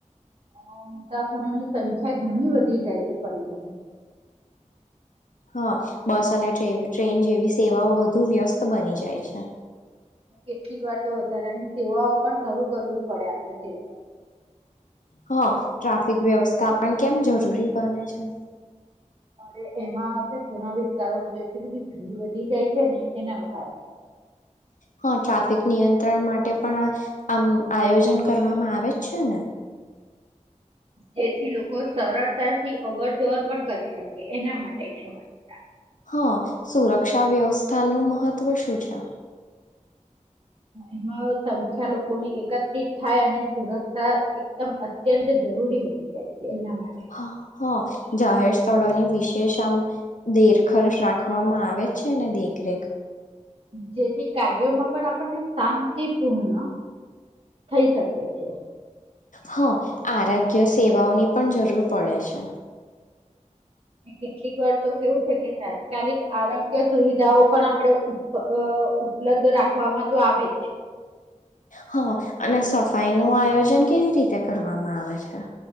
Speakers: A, on the right; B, on the left.
A: અ મુસાફરોની સંખ્યા ઘણી વધી જાય છે પરિવહન.
B: હા બસ અને ટ્રેન જેવી સેવાઓ વધુ વ્યસ્ત બની જાય છે.
A: કેટલીક વાર તો વધારાની સેવાઓ પણ શરૂ કરવી પડે આપડે સહેવા
B: હા ટ્રાફિક વ્યવસ્થા પણ કેમ જરૂરી બને છે.
A: અરે એમાં ઘણા વિસ્તારોમાં તો એટલી બધી ભીડ વધી જાય છે ને એના કારણે
B: હા ટ્રાફિક નિયંત્રણ માટે પણ આ આમ આયોજન કરવામાં આવે જ છે ને.
A: જેથી લોકો સરળતાથી અવરજવર પણ કરી શકે એના માટે શ હોય.
B: હા સુરક્ષા વ્યવસ્થાનું મહત્વ શું છે.
A: એમાં સંખ્યા લોકોની એકત્રિત થાય અને સુરક્ષા એકદમ અત્યંત જરૂરી બની જાય છે. એના માટે.
B: હા હા જાહેર સ્થળોની વિશેષ આમ દેરખર્ચ રાખવામાં આવે છે ને દેખરેખ
A: જેથી કાર્યોમાં પણ આપણને શાંતિપૂર્ણ થઈ શકે છે.
B: હા આરોગ્ય સેવાઓની પણ જરૂર પડે છે.
A: કેટલીક વાર તો કેવું છે કે તાત્કાલિક આરોગ્ય સુવિધાઓ પણ આપણેે ઉપલબ્ધ રાખવામાં તો આવે જ.
B: હા અને સફાઈ નું આયોજન કેવી રીતે કરવામાં આવે છે.